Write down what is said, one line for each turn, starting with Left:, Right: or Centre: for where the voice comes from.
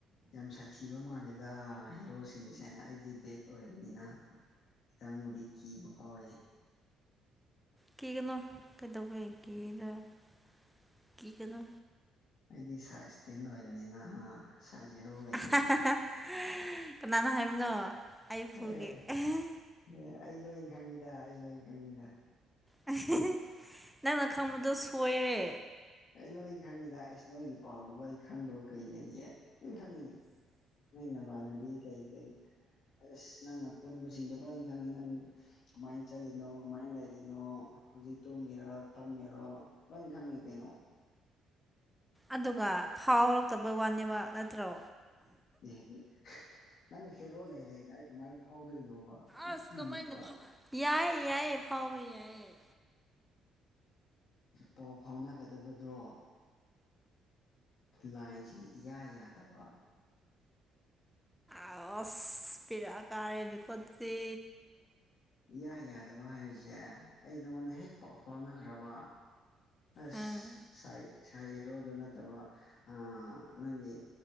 Left: ꯌꯥꯝ ꯁꯥꯊꯤꯕ ꯃꯥꯟꯂꯦꯗ ꯍꯦꯔꯣꯁꯤꯡꯁꯦ ꯑꯩꯗꯤ ꯕꯦꯠ ꯑꯣꯏꯕꯅꯤꯅ ꯈꯤꯇꯪꯕꯨꯗꯤ ꯀꯤꯕ ꯐꯥꯎꯋꯦ꯫
Centre: ꯀꯤꯒꯅꯣ ꯀꯩꯗꯧꯕꯩ ꯀꯤ <unintelligible> ꯀꯤꯒꯅꯣ꯫
Left: ꯑꯩꯗꯤ ꯁꯥꯏꯖ ꯏꯁꯇꯦꯟ ꯑꯣꯏꯕꯅꯤꯅ ꯍꯥ ꯁꯥꯏꯍꯦꯔꯣ <unintelligible>
Centre: <unintelligible> ꯀꯅꯥꯅꯣ ꯍꯥꯏꯕꯅꯣ ꯑꯩ ꯐꯨꯒꯦ
Left: ꯑꯦ
Centre: <unintelligible>
Left: ꯑꯦ ꯑꯩ ꯂꯣꯏꯅ ꯈꯪꯉꯤꯗ ꯑꯩ ꯂꯣꯏꯅ ꯈꯪꯉꯤꯗ
Centre: <unintelligible> ꯅꯪꯅ ꯈꯪꯕꯗꯣ ꯁꯣꯏꯔꯦ꯫
Left: ꯑꯩ ꯅꯣꯏ ꯈꯪꯉꯤꯗ ꯑꯦꯁ ꯅꯣꯏꯒꯤ ꯄꯥꯎꯗꯨꯕꯨ ꯑꯩ ꯈꯪꯗꯕ ꯀꯩ ꯂꯩꯒꯦ ꯅꯣꯏ ꯈꯪꯉꯤ꯫ ꯅꯪ ꯅꯃꯥꯟꯅꯕꯤ ꯀꯩ ꯀꯩ ꯑꯁ ꯅꯪꯅ ꯄꯨꯟꯕꯁꯤꯡꯗꯣ ꯂꯣꯏꯅ ꯈꯪꯉꯤ ꯅꯪ ꯀꯃꯥꯏꯅ ꯆꯠꯂꯤꯅꯣ ꯀꯃꯥꯏꯅ ꯂꯩꯔꯤꯅꯣ꯫ ꯍꯧꯖꯤꯛ ꯇꯨꯝꯃꯤꯔ ꯐꯝꯃꯤꯔꯣ ꯂꯣꯏ ꯈꯪꯉꯤ ꯀꯩꯅꯣ꯫
Centre: ꯑꯗꯨꯒ ꯐꯥꯎꯔꯛꯇꯕꯩ ꯋꯥꯅꯦꯕ ꯅꯠꯇ꯭ꯔꯣ꯫
Left: ꯑꯦ ꯅꯪ ꯍꯦꯔꯣ ꯂꯩ ꯂꯩꯅ ꯑꯩ ꯀꯃꯥꯏꯅ ꯐꯥꯎꯗꯣꯏꯅꯣꯕ ꯑꯩ
Centre: ꯑꯁ
Left: ꯀꯤꯕ
Centre: ꯀꯃꯥꯏꯅ ꯌꯥꯏꯌꯦ ꯌꯥꯏꯑꯌꯦ ꯐꯥꯎꯕ ꯌꯥꯏꯌꯦ꯫
Left: ꯄꯥꯎ ꯐꯥꯎꯅꯒꯗꯕꯗꯣ ꯂꯥꯏꯟꯁꯦ ꯏꯌꯥ ꯌꯥꯗꯕ
Centre: ꯑꯁ ꯕꯦꯔꯥ ꯀꯥꯔꯦꯅꯦꯀꯣ ꯑꯗꯨꯗꯤ
Left: ꯏꯌꯥ ꯌꯥꯗꯕ ꯍꯥꯏꯔꯤꯁꯦ ꯑꯩ ꯅꯉꯣꯟꯗ ꯍꯦꯛ ꯄꯥꯎ ꯐꯥꯎꯅꯈ꯭ꯔꯕ ꯑꯁ
Centre: ꯑꯥ
Left: ꯁꯥꯏ ꯁꯥꯏ ꯍꯦꯔꯣꯗꯨ ꯅꯠꯇꯕ ꯑꯥ ꯅꯪꯒꯤ